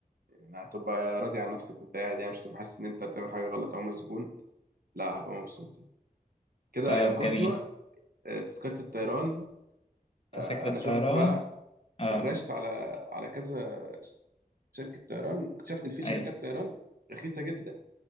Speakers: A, on the right; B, on the left.
A: يعني هتبقى راضي عن نفسك وانت قاعد يعني مش هتبقى حاسس ان انت بتعمل حاجه غلط او مسجون لا هبقى مبسوط يعني. كده
B: طب
A: ينقصنا
B: جميل
A: آه، تذكره الطيران آه،
B: أنت فاكر الطيران؟
A: انا شفت بقى سرشت
B: أه
A: على على كذا شركة طيران واكتشفت إن في شركات
B: أيوه
A: طيران رخيصة جدا